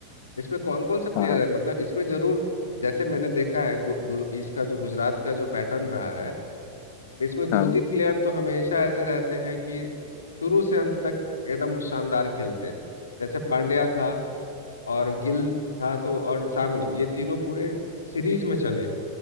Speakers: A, on the left; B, on the left.
A: इसमें कौन कौन से प्लेयर
B: हाँ हाँ
A: है मतलब इसमें जरूर जैसे मैंने देखा है गु, गु, इसका जो गुजरात का जो पैटर्न रहा है इसमें दो
B: हाँ
A: तीन प्लेयर तो हमेशा ऐसे रहते हैं कि शुरू से अंत तक एकदम शानदार खेलते हैं जैसे पांड्या था और गिल था तो और सामी ये तीनों पूरे सीरीज में चले